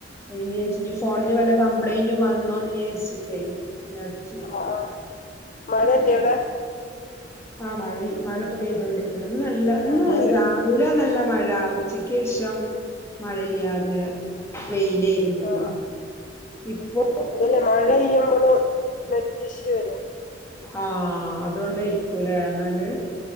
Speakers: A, on the left; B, on the left.
A: <unintelligible> ഇനി ഫോണില് വല്ല കം പ്ലൈന്റ് വന്നോന്ന് വിചാരിച്ചിട്ടേ ഒന്നടിച്ചു നോക്കിയതാ
B: ആഹ് ആഹ് മഴല്ലേ
A: ഉം
B: അവിടെ
A: ആഹ് മഴയ് മഴപ്പൊ പെയ്തോണ്ട് ഇന്നല്ല
B: ആഹ്
A: ഇന്ന്
B: മഴ
A: രാവിലെ നല്ല മഴ ഉച്ചക്കേശഷം മഴയില്ലാതെ വെയിലേയിരുന്നല്ലോ
B: ആഹ് ആഹ്
A: ഇപ്പോ
B: അതല്ലേ മഴ പെയ്യുമ്പോളും- <unintelligible> വരും
A: ആഹ അതുകൊണ്ട് ഇരിക്കൂലേ എന്നാല്